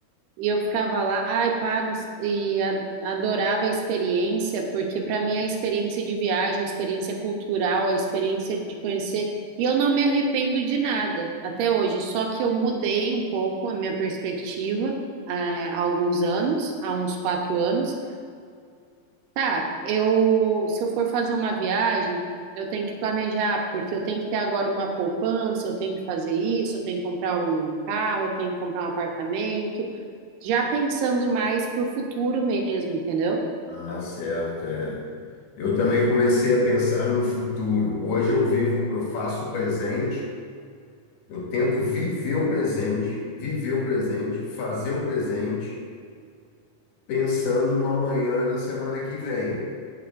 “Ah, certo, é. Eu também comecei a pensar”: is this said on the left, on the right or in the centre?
Left